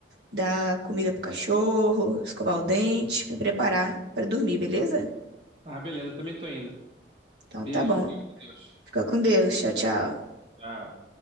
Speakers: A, on the right (about 70°); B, on the right (about 40°).
A: dar comida pro cachorro, escovar o dente, me preparar pra dormir, beleza?
B: Ah, beleza, eu também tô indo.
A: Então
B: Beijo,
A: tá bom.
B: fica com Deus.
A: Fica com Deus. Tchau, tchau.
B: Tchau.